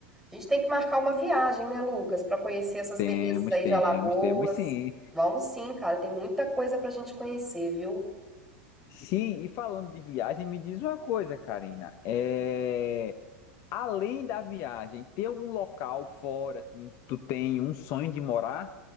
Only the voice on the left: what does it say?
Temos,
temos,
temos sim.
Sim, e falando de viagem, me diz uma coisa, Karina. É. Além da viagem, tem algum local fora, assim, que tu tem um sonho de morar?